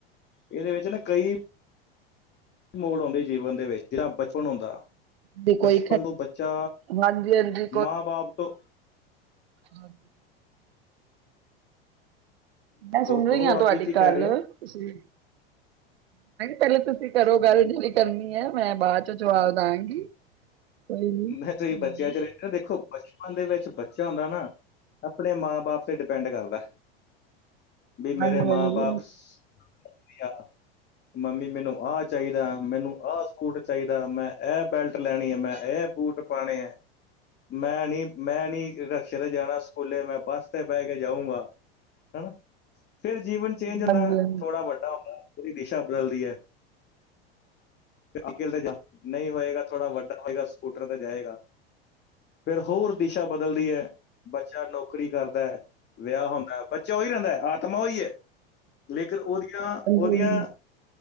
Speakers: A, on the left (about 35°); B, on the right (about 80°).
A: ਇਹਦੇ ਵਿੱਚ ਨਾ ਕਈ ਮੋੜ ਆਂਦੇ ਜੀਵਨ ਦੇ ਵਿੱਚ ਜਿਹੜਾ ਬਚਪਨ ਹੁੰਦਾ
B: ਵੀ ਕੋਈ
A: ਬਚਪਨ ਤੋਂ ਬੱਚਾ
B: ਹਾਂਜੀ ਹਾਂਜੀ
A: ਮਾਂ ਬਾਪ ਤੋਂ
B: ਹਾਂ ਮੈਂ ਸੁਣ
A: ਕਹੋ
B: ਰਹੀ ਹਾਂ
A: ਆਪ
B: ਤੁਹਾਡੀ
A: ਜੀ ਕੀ ਕਹਿ
B: ਗੱਲ
A: ਰਹੇ ਹੋ?
B: ਤੁਸੀਂ ਪਹਿਲੇ ਤੁਸੀਂ ਕਰੋ ਗੱਲ ਜਿਵੇਂ ਕਰਨੀ ਹੈ ਮੈਂ ਬਾਅਦ ਚ ਜਵਾਬ ਦਾਂਗੀ ਕੋਈ ਨੀ ਹਾਂਜੀ
A: ਮੈਂ ਤੁਸੀਂ
B: ਹਾਂਜੀ
A: ਬੱਚਿਆਂ ਚ ਰਹਿੰਦੇ ਨਾ ਦੇਖੋ ਬਚਪਨ ਦੇ ਵਿੱਚ ਬੱਚਾ ਹੁੰਦਾ ਨਾ ਆਪਣੇ ਮਾਂ ਬਾਪ ਤੇ ਡਿਪੈਂਡ ਕਰਦਾ ਵੀ
B: ਹਾਂਜੀ
A: ਮੇਰੇ ਮਾਂ
B: ਹਾਂਜੀ
A: ਬਾਪ ਵਧੀਆ ਮੰਮੀ ਮੈਨੂੰ ਆਹ ਚਾਹੀਦਾ ਮੈਨੂੰ ਆਹ ਸੂਟ ਚਾਹੀਦਾ ਮੈਂ ਇਹ ਬੈਲਟ ਲੈਣੀ ਹੈ ਮੈਂ ਇਹ ਬੂਟ ਪਾਣੇ ਹੈ ਮੈਂ ਨੀ ਮੈਂ ਨੀ ਰਕਸ਼ੇ ਤੇ ਜਾਣਾ ਸਕੂਲੇ ਮੈਂ ਬੱਸ ਤੇ ਬਹਿ ਕੇ ਜਾਊਂਗਾ ਹਨਾ ਫਿਰ ਜੀਵਨ ਚੇਂਜ ਹੁੰਦਾ
B: ਹਾਂਜੀ
A: ਥੋੜਾ ਵੱਡਾ ਹੁੰਦਾ ਪੂਰੀ ਦਿਸ਼ਾ ਬਦਲਦੀ ਹੈ। ਨਿਖਿਲ ਤੇ ਨਹੀਂ ਹੋਏਗਾ ਥੋੜਾ ਵੱਡਾ ਹੋਏਗਾ ਸਕੂਟਰ ਤੇ ਜਾਏਗਾ ਫਿਰ ਹੋਰ ਦਿਸ਼ਾ ਬਦਲਦੀ ਹੈ ਬੱਚਾ ਨੌਕਰੀ ਕਰਦਾ ਵਿਆਹ ਹੁੰਦਾ ਬੱਚਾ ਹੀ ਰਹਿੰਦਾ ਹੈ ਆਤਮਾ ਈ ਹੈ ਲੇਕਿਨ ਉਹਦੀਆਂ ਉਹਦੀਆਂ
B: ਹਾਂਜੀ